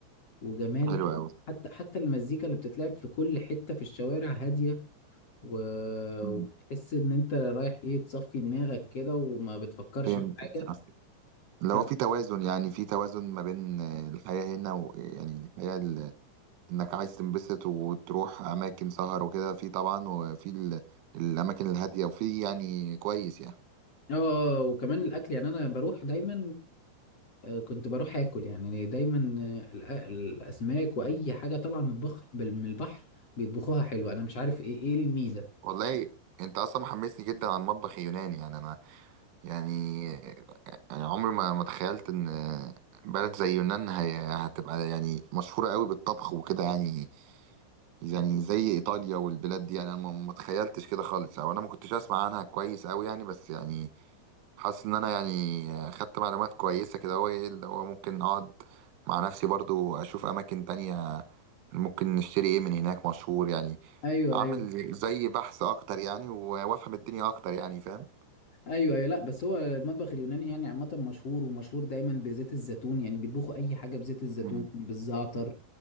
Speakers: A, on the left; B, on the right.
A: وجمال
B: حلوة
A: كده
B: أوي
A: حتى حتى المزيكا اللي بتتلعب في كل حتة في الشوارع هادية و...
B: مم.
A: وتحس ان انت رايح ايه تصفي دماغك كده وما بتفكرش
B: فهمتك
A: في حاجة
B: آه. اللي
A: ف...
B: هو في توازن يعني في توازن ما بين آه، الحياة هنا ويعني الحياة ال- إنك عايز تنبسط وتروح أماكن سهر وكده في طبعا وفي ال- الأماكن الهادية وفي يعني كويس يعني
A: اه وكمان الاكل يعني انا بروح دايما آه، آه، كنت بروح اكل يعني دايما آه، الأ- الاسماك واي حاجة طالعة من البحر بال- من البحر بيطبخوها حلو انا مش عارف ايه ايه الميزة
B: والله أنت أصلا محمسني جدا عن المطبخ اليوناني يعني أنا يعني يعني عمري ما ما تخيلت إن آه، بلد زي يونان هي هتبقى يعني مشهورة قوي بالطبخ وكده يعني يعني زي ايطاليا والبلاد دي يعني انا ما ما تخيلتش كده خالص او انا ما كنتش اسمع عنها كويس قوي يعني بس يعني حاسس ان انا يعني خدت معلومات كويسه كده هو ايه اللي هو ممكن اقعد مع نفسي برضو اشوف اماكن تانية ممكن نشتري ايه من هناك مشهور يعني
A: ايوه
B: اعمل
A: ايوه
B: زي بحث اكتر يعني و- وافهم الدنيا اكتر يعني فاهم
A: ايوه ايوه لا بس هو المطبخ اليوناني يعني عامة مشهور ومشهور دايما بزيت الزيتون يعني بيطبخوا اي حاجة بزيت الزيتون
B: مم.
A: بالزعتر